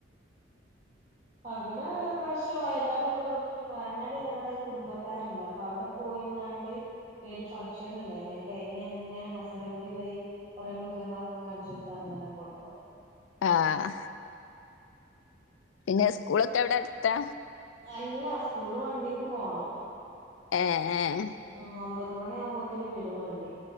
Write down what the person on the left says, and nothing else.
ആഹ് പിന്നെ സ്കൂളൊക്കെ വിടെ ടുത്താ
ഏഹ് ആഹ്